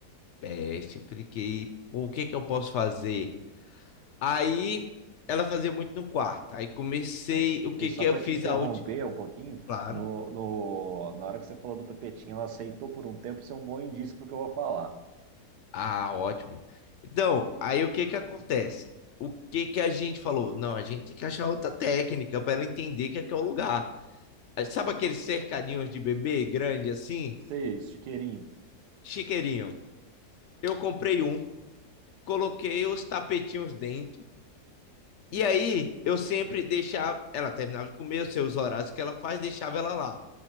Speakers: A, on the left; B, on the right.
A: peste, apliquei. Pô, o que que eu posso fazer? Aí ela fazia muito no quarto. Aí comecei.
B: Aí,
A: O que
B: aí só
A: que eu
B: para
A: fiz
B: te interromper
A: a última?
B: um pouquinho,
A: Claro.
B: no, no, na hora que você falou do tapetinho, ela aceitou por um tempo, isso é um bom indício porque eu vou falar.
A: Ah, ótimo. Então, aí o que que acontece? O que que a gente falou? Não, a gente tem que achar outra técnica para ela entender que aqui é o lugar. Ah, Sabe aqueles cercadinhos de bebê grande assim?
B: Seis, chiqueirinho,
A: Chiqueirinho. Eu comprei um, coloquei os tapetinhos dentro. E aí eu sempre deixava. Ela terminava de comer os seus horários que ela faz, deixava ela lá.